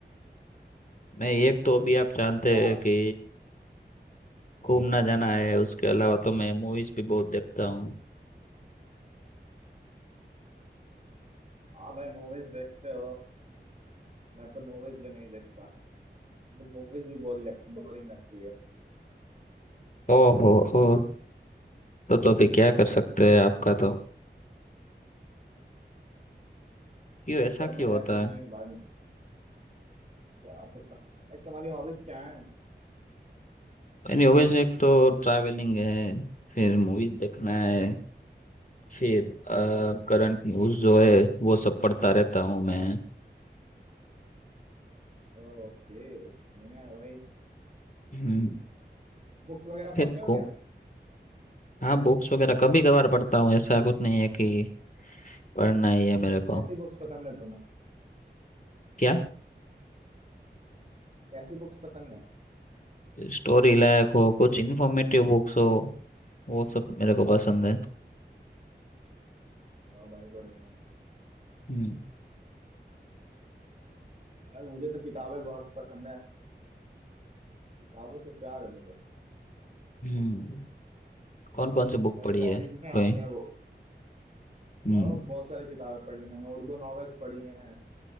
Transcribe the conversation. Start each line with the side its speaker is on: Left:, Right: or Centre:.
Left: मैं एक तो
Right: मतलब
Left: अभी आप जानते
Right: क्या
Left: हैं कि घूमना जाना है उसके अलावा तो मैं मूवीज भी बहुत देखता हूँ
Right: हाँ भाई मूवीज देखते हो मैं तो मूवीज भी नहीं देखता तो मूवीज भी बोरिंग लग, बोरिंग लगती है
Left: ओहो ओ, तो तो अभी क्या कर सकते हैं आपका तो क्यों
Right: बस
Left: ऐसा
Right: करने
Left: क्यों
Right: लायक
Left: होता
Right: कुछ
Left: है
Right: नहीं है भाई क्या आप सकता लाइक तुम्हारी हॉबीज क्या है
Left: एनीवेज एक तो ट्रैवलिंग है फिर मूवीज देखना है फिर करंट न्यूज जो है वो सब पढ़ता रहता हूँ मैं
Right: ओके बढ़िया है भाई
Left: हम्म,
Right: बुक्स वगैरह पढ़ते
Left: फिर
Right: हो
Left: को
Right: क्या
Left: हाँ बुक्स वगैरह कभी कभार पढ़ता हूँ ऐसा कुछ नहीं है कि पढ़ना ही है मेरे
Right: तो
Left: को
Right: कैसी बुक्स पसंद है तुम्हें
Left: क्या
Right: कैसी बुक्स पसंद है
Left: स्टोरी लायक हो कुछ इन्फॉर्मेटिव बुक्स हो वो सब मेरे को पसंद है
Right: हाँ भाई बढ़िया है
Left: हम्म
Right: यार मुझे तो किताबें बहुत पसंद है किताबों से प्यार है मुझे
Left: हम्म कौन कौन सी बुक
Right: मेरी
Left: पढ़ी
Right: हॉबीज
Left: है
Right: में
Left: कोई
Right: आते हैं वो
Left: हम्म
Right: और बहुत सारी किताबें पढ़ ली मैंने उर्दू नॉवेल्स पढ़ी हैं